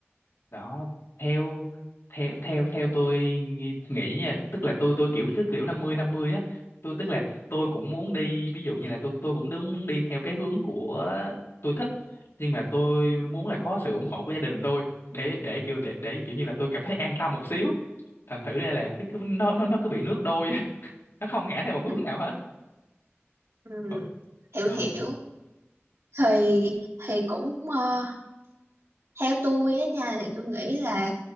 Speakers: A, on the left; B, on the right.
A: đó theo theo theo theo tôi nghi- nghĩ nha tức là tôi tôi kiểu cứ kiểu năm mươi năm mươi á tôi tức là tôi cũng muốn đi ví dụ như là tôi tôi cũng đúng muốn đi theo cái hướng của tôi thích nhưng mà tôi muốn là có sự ủng hộ của gia đình tôi để để kiểu để để kiểu như là tôi cảm thấy an tâm một xíu thành thử ra là cái cứ nó nó nó cứ bị nước đôi á, <laughs> nó không ngã theo một hướng
B: ừ.
A: nào hết
B: Ừ,
A: Có-
B: hiểu
A: ừ
B: hiểu thì thì cũng ờ, theo tôi á nha thì tôi nghĩ là